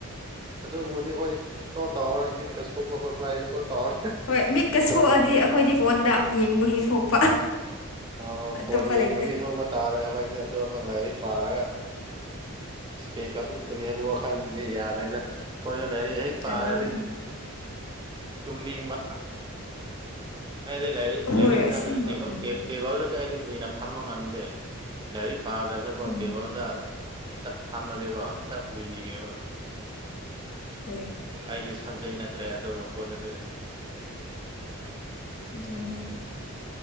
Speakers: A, on the right (about 20°); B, on the left (about 70°).
A: ꯑꯗꯨꯒꯨꯝꯕꯗꯤ ꯑꯩꯈꯣꯏꯗꯤ ꯁꯨꯇꯣ ꯇꯧꯔꯔꯣꯏ ꯃꯤꯠꯀ ꯁꯣꯛꯄ ꯈꯣꯠꯄ ꯍꯥꯏ
B: ꯍꯣꯏ ꯃꯤꯠꯀ
A: ꯐꯣꯟꯒꯤ
B: ꯁꯣꯛꯑꯗꯤ ꯑꯩꯈꯣꯏꯗꯤ ꯐꯣꯟꯗ ꯌꯦꯡꯕꯒꯤ ꯁꯣꯛꯄ
A: ꯑꯣ
B: ꯑꯇꯣꯞꯄ
A: ꯐꯣꯟ ꯌꯦꯡꯕꯒꯤ
B: ꯂꯩꯇꯦ
A: ꯁꯣꯛꯄ ꯇꯥꯔꯦ ꯑꯩꯈꯣꯏꯗꯤ ꯑꯇꯣꯞꯄ ꯂꯥꯏꯔꯤꯛ ꯄꯥꯔꯒ ꯁꯄꯦꯛꯀ ꯎꯞꯀꯅꯤ ꯍꯥꯏꯕꯒꯤ ꯋꯥꯈꯜꯗꯤ ꯌꯥꯗ꯭ꯔꯦꯗ ꯑꯩꯈꯣꯏꯗ ꯂꯥꯏꯔꯤꯛ ꯍꯩ ꯄꯥꯔꯗꯤ
B: ꯑꯗꯨꯅꯦ
A: ꯇꯨꯝꯅꯤꯡꯕ ꯑꯩꯗꯤ ꯂꯥꯏꯔꯤꯛ
B: ꯍꯣꯏ
A: ꯂꯥꯏꯔꯤꯛ ꯃꯅꯥꯛꯇꯁꯨ
B: ꯑꯁꯦꯡꯕ ꯎꯝ
A: ꯇꯦꯕꯜꯗꯁꯨ ꯑꯩꯗꯤ ꯀꯨꯏꯅ ꯐꯝꯕ ꯉꯝꯗꯦ ꯂꯥꯏꯔꯤꯛ ꯄꯥꯗ꯭ꯔꯁꯨꯀꯣ
B: ꯎꯝ
A: ꯇꯦꯕꯜꯗ ꯐꯝꯃꯗꯤꯀꯣ ꯍꯦꯛꯇꯥ ꯎꯏꯅꯤꯡꯉꯦꯕ
B: ꯍꯣꯏ
A: ꯑꯩꯒꯤ ꯁꯕꯖꯦꯛ ꯅꯠꯇ꯭ꯔꯦ ꯑꯗꯨꯒꯨꯝꯕ ꯄꯣꯠꯇꯨꯗꯤ
B: ꯑꯗꯨꯅꯦ